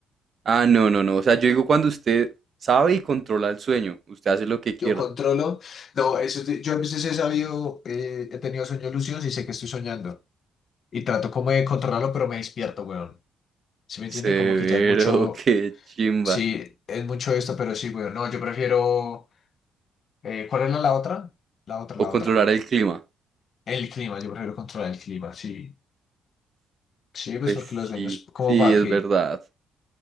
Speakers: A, on the right; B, on the left.
A: Ah, no, no, no. O sea, yo digo cuando usted sabe y controla el sueño, usted hace lo que quiera.
B: Yo controlo. No, eso de- yo a veces he sabido, eh, he tenido sueños lúcidos y sé que estoy soñando. Y trato como de controlarlo, pero me despierto, weón. Si me
A: Severo,
B: entiende? Como que ya es mucho,
A: qué chimba.
B: sí, es mucho esto, pero sí, güey, no, yo prefiero, eh, ¿cuál era la otra? La otra,
A: O
B: la
A: controlar
B: otra.
A: el clima.
B: El clima, yo prefiero controlar el clima, sí. Sí, pues
A: Pues
B: porque
A: sí,
B: los daños, como
A: sí,
B: para
A: es
B: que,
A: verdad.